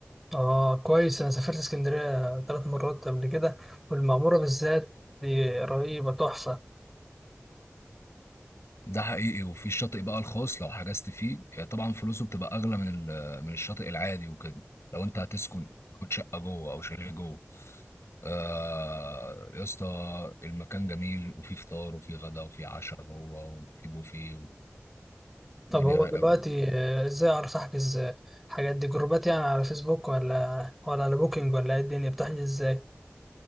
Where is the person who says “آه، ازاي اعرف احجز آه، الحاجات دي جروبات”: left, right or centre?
Centre